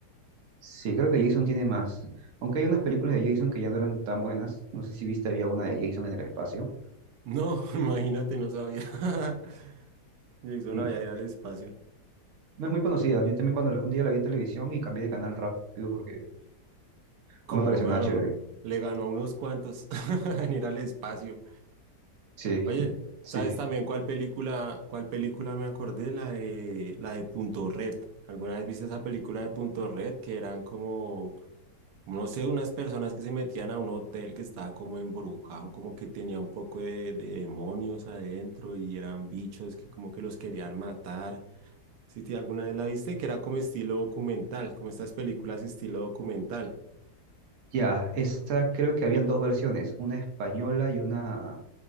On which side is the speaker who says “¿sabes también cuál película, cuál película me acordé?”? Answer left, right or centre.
Right